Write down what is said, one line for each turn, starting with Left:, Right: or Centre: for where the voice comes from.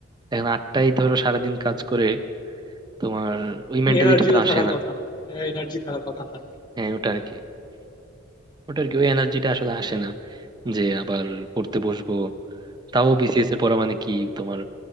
Right: এখন আটটায় ধরো সারাদিন কাজ করে তোমার ওই মেন্টালিটি
Left: এনার্জি
Right: তো
Left: তো
Right: আসে
Left: থাকার
Right: না
Left: কথা না হ্যাঁ এনার্জি থাকার কথা না
Right: হ্যাঁ ওটা আর কি ওটা আর কি ওই এনার্জিটা আসলে আসে না যে আবার পড়তে বসবো তাও বিসিএস এর পড়া মানে কি তোমার